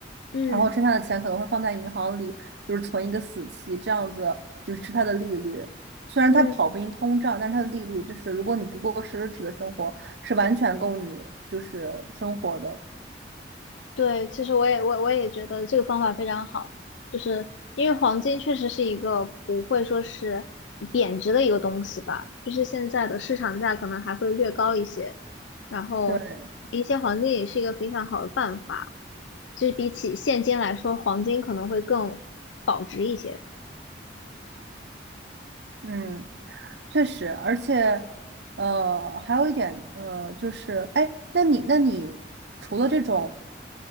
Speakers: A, on the left (about 85°); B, on the right (about 70°).
A: 嗯。
B: 然后剩下的钱可能会放在银行里，就是存一个死期，这样子就是吃它的利率。虽然它跑不赢通胀，
A: 嗯，
B: 但是它的利率就是如果你不过奢侈的生活，是完全够你就是生活的。
A: 对，其实我也我我也觉得这个方法非常好，就是因为黄金确实是一个不会说是贬值的一个东西吧，就是现在的市场价可能还会略高一些，然后一些黄金也是一个非常好的办法，
B: 对，
A: 就是比起现金来说，黄金可能会更保值一些。
B: 嗯，确实，而且，呃，还有一点，呃，就是，哎，那你，那你除了这种